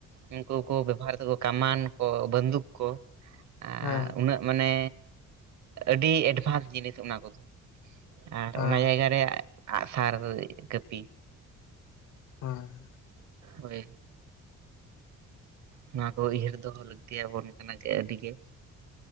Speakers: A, on the right (about 65°); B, on the left (about 80°).
A: ᱩᱱᱠᱩ ᱠᱚ ᱵᱮᱵᱚᱦᱟᱨ ᱫᱟᱠᱚ ᱠᱟᱢᱟᱱ ᱠᱚ ᱵᱟᱱᱫᱩᱠ ᱠᱚ ᱟᱨ
B: ᱦᱮᱸ
A: ᱩᱱᱟᱹᱜ ᱢᱟᱱᱮ ᱟᱹᱰᱤ ᱮᱰᱵᱷᱟᱱᱥ ᱡᱤᱱᱤᱥ ᱚᱱᱟ ᱠᱚᱫᱚ ᱟᱨ
B: ᱦᱮᱸ
A: ᱚᱱᱟ ᱡᱟᱭᱜᱟ ᱨᱮ ᱟᱸᱜ-ᱥᱟᱨ ᱠᱟᱹᱯᱤ
B: ᱦᱚᱭ
A: ᱦᱳᱭ ᱱᱚᱣᱟ ᱠᱚ ᱩᱭᱦᱟᱹᱨ ᱫᱚᱦᱚ ᱞᱟᱹᱠᱛᱤ‌ᱭᱟᱵᱚᱱ ᱠᱟᱱᱟ ᱡᱮ ᱟᱹᱰᱤᱜᱮ